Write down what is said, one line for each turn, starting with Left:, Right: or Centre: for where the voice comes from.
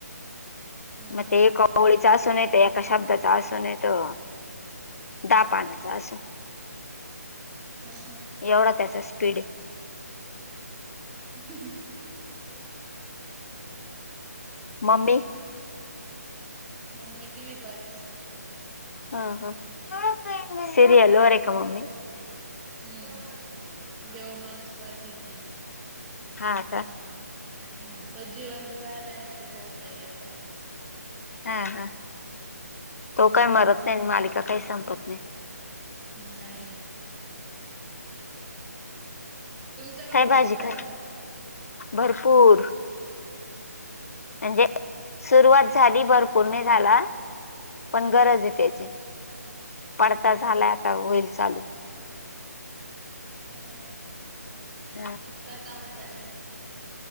Right: हा हा
Left: म ते एका ओळीत असून येतं एका शब्दाचा आसून येतो. दा पाणाचं आसन
Right: ह ह
Left: एवढा त्याचा स्पीडे.
Right: <unintelligible>
Left: मम्मी
Right: मम्मी टि व्ही पाहतयी.
Left: हां हां सरियलवर आहे का मम्मी.
Right: हुं देव माणूस पाहतेय ती.
Left: हां कां
Right: हुं तो जीवंत जायला नाही ते पहु राहिले आता.
Left: हां हां
Right: हम्म
Left: तो काय मरत नाही आणि मालिका काही संपत नाही.
Right: नाही नाही तुमच्याकडे
Left: काय
Right: पाऊस
Left: भाजी
Right: झाला
Left: काय
Right: का?
Left: भरपूर म्हणजे सुरुवात झाली भरपूर नाही झाला. पण गरजेय त्याची पडता
Right: हा
Left: झालाय
Right: हा
Left: आता होईल चालू.
Right: ह ह
Left: हा.
Right: काय काम चालली?